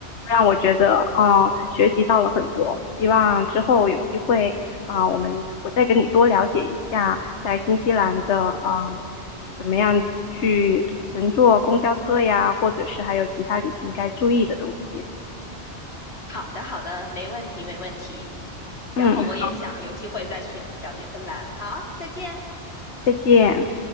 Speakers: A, on the left (about 80°); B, on the left (about 60°).
A: 我觉得，嗯，学习到了很多，希望之后有机会啊、我们我再跟你多了解一下在新西兰的，嗯，怎么样去乘坐公交车呀，或者是还有其他旅行该注意的东西。
B: 好的，好的，没问题，没问题。
A: 嗯，
B: 然后我也想有机会再去了解芬兰。好，再见。
A: 再见。